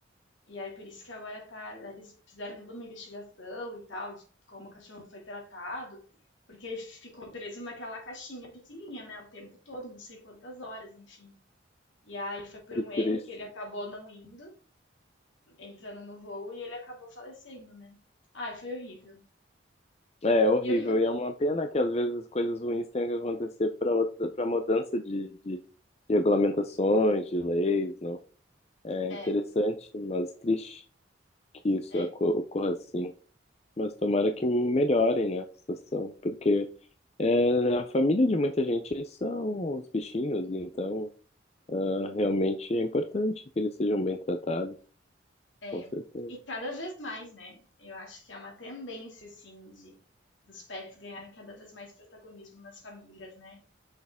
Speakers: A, on the left; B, on the left.
A: e aí por isso que agora tá, eles fizeram toda uma investigação e tal, de como o cachorro foi tratado, porque ele ficou preso naquela caixinha pequenininha, né? O tempo todo, não sei quantas horas, enfim. E aí foi por
B: Que
A: um
B: triste.
A: erro que ele acabou não indo, entrando no voo, e ele acabou falecendo, né? Ai, foi horrível.
B: É, é horrível.
A: E eu, im-
B: E é uma pena que às vezes coisas ruins tenham que acontecer para outra, para mudança de, de, de regulamentações, de leis, não. É
A: é,
B: interessante, mas triste que isso
A: é.
B: oco- ocorra assim. Mas tomara que melhorem, né, a situação, porque é, a família de muita gente são os bichinhos, e então ah, realmente é importante que eles sejam bem tratados,
A: É,
B: com certeza.
A: e cada vez mais, né? Eu acho que é uma tendência, assim, de, dos pets ganharem cada vez mais protagonismo nas famílias, né?